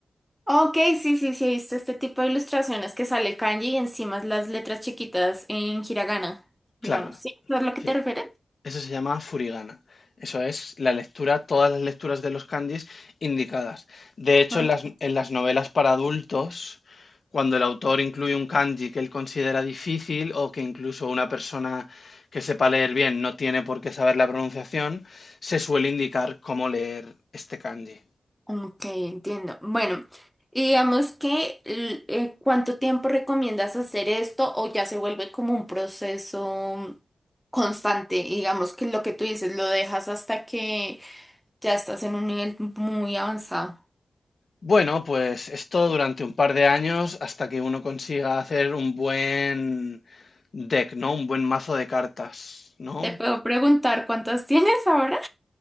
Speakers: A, in the centre; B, on the left.
A: Ok, sí, sí, sí, he visto este tipo de ilustraciones que sale kanji y encima las letras chiquitas en hiragana,
B: Claro,
A: digamos. ¿Sí? ¿Es a lo que
B: sí.
A: te refieres?
B: Eso se llama furigana. Eso es la lectura, todas las lecturas de los kanjis indicadas. De hecho,
A: Ah,
B: en las, en las novelas para adultos, cuando el autor incluye un kanji que él considera difícil o que incluso una persona que sepa leer bien no tiene por qué saber la pronunciación, se suele indicar cómo leer este kanji.
A: Ok, entiendo. Bueno, y digamos que l- eh, ¿cuánto tiempo recomiendas hacer esto o ya se vuelve como un proceso constante? Digamos que lo que tú dices lo dejas hasta que ya estás en un nivel muy avanzado.
B: Bueno, pues esto durante un par de años hasta que uno consiga hacer un buen deck, ¿no? Un buen mazo de cartas, ¿no?
A: ¿Te puedo preguntar cuántas <laughs> tienes ahora?